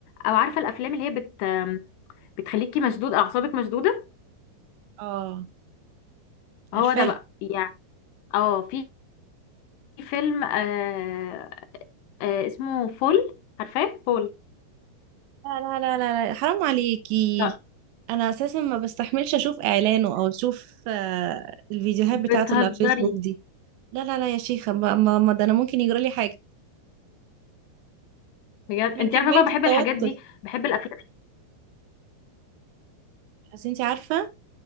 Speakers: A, on the left; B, on the right.
A: او عارفة الافلام اللي هي بت آم، بتخليكي مشدود اعصابك مشدودة
B: اه عارفاها
A: هو ده بقى يعني اه في فيلم آه، آه اسمه فول عارفاه فول
B: لا لا لا لا لا، حرام عليكي
A: لا
B: انا اساسا ما بستحملش اشوف اعلانه او اشوف آه، الفيديوهات بتاعته
A: بتهزري
B: اللي على الفيسبوك دي لا لا لا يا شيخة ما, ما, ما ده انا ممكن يجرى لي حاجة
A: بجد انت
B: من كمية
A: عارفه بقى بحب
B: التوتر
A: الحاجات دي بحب الافلام
B: بس انت عارفة